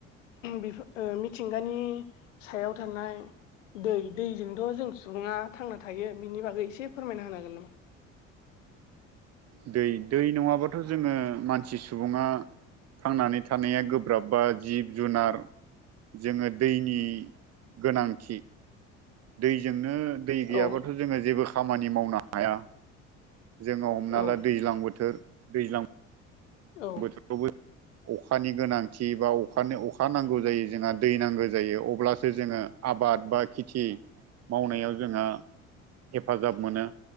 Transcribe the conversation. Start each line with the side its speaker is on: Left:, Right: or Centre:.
Left: बि मिथिंगानि सायाव थानाय दै दैजोंथ' जों सुबुङा थांना थायो बिनि बागै एसे फोरमायना होनो हागोन नामा
Right: दै दै नङाबाथ' जोङो मानसि सुबुङा थांनानै थानाया गोब्राब बा जिब जुनार जोङो दैनि गोनांथि दैजोंनो दै गैयाबाथ'
Left: औ
Right: जोङो जेबो खामानि मावनो हाया जोङो हमना
Left: औ
Right: ला दैज्लां बोथोर दैज्लां
Left: औ
Right: बोथोरावबो अखानि गोनांथि बा अखानि अखा नांगौ जायो जोंहा दै नांगौ जायो अब्लासो जोङो आ बाद बा खेथि मावनायाव जोंहा हेफाजाब मोनो